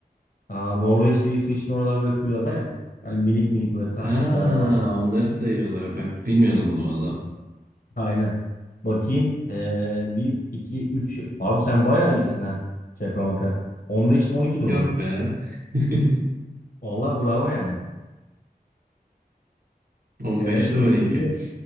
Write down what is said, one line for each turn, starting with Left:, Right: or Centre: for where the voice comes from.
Left: Aa, Norveç'te İsveç'in oralar böyle full ada ya. Hani minik minik böyle taşlıklar
Right: Ha
Left: adalar.
Right: onları sayıyorlar. Bak bilmiyordum bunu valla.
Left: Aynen. Bakayım. Ee, 1, 2, 3. Abi sen bayağı iyisin ha. Şaka maka. on beşte on iki doğru.
Right: Yok be. <laughs>
Left: Vallahi bravo yani.
Right: 15'te
Left: Ee, sıra
Right: 12.
Left: şimdi.